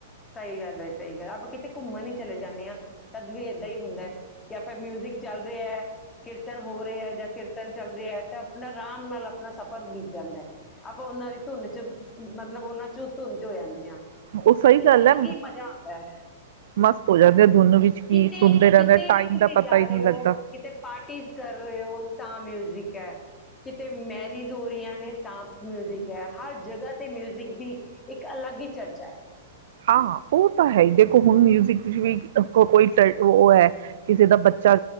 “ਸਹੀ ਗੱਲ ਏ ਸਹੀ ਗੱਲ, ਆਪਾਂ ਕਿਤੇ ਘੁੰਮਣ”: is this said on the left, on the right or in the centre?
Left